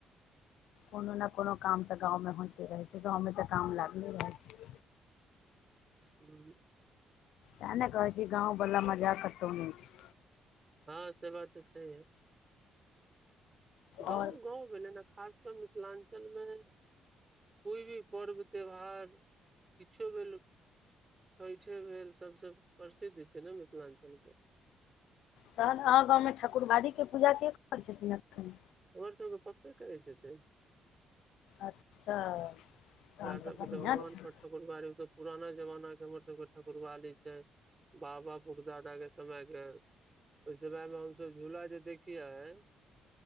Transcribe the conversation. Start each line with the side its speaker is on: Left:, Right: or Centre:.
Left: कोनो ने कोनो काम तऽ गाँवमे होइते रहै छै गाँवमे तऽ काम लागले रहै छै।
Right: हू।
Left: तए नऽ कहै छी गाँवबला मजा कतहु नहि छै।
Right: हँ से बात तऽ छै गाँव-गाँव
Left: आओर
Right: भेलै ने। खास कऽ मिथिलाञ्चलमे कोइ भी पर्व त्यौहार किछो भेल छठे भेल सभसँ प्रसिद्ध छै ने मिथिलाञ्चलके?
Left: तहन अहाँ गाँवमे ठाकुरबारीके पूजा के करै छथिन एखन?
Right: हमर सबके पपे करै छथिन।
Left: अच्छा तहन
Right: हमरा सबके
Left: बढ़ियां
Right: तऽ भगवान
Left: छै
Right: पर ठकुरबाली ओ त पुराना जमाना के हमर सबके ठकुरबाली छै। बाबा फुग दादा के समयके ओहि समय मे हमस झूला जे देखियए